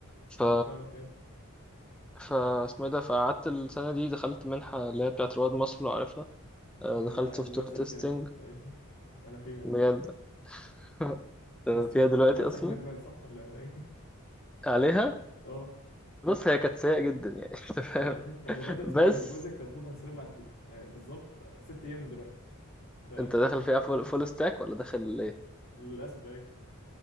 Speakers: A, in the centre; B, on the left.
A: ف
B: فاهمك ايه
A: ف اسمه إيه ده فقعدت السنه دي دخلت منحه اللي هي بتاعت رواد مصر لو عارفها آه،
B: آه،
A: دخلت سوفت
B: نفس
A: وير
B: الكلام
A: تيستنج
B: تقريباً. انا فيها اهو
A: بجد <laughs>
B: بس
A: فيها دلوقتي
B: حاسك
A: اصلا
B: <laughs> ندمان صح ولا ايه؟
A: عليها
B: اه
A: بص هي كانت سيئه جدا يعني <laughs> انت فاهم
B: انا انا لغايه
A: مم.
B: دلوقتي
A: بس
B: فيها والبروجكت المفروض هنسلمه بعد آه، بالظبط ست ايام من دلوقتي ف
A: انت داخل فيها فول, فول ستاك ولا داخل ايه
B: <laughs> للاسف ايوه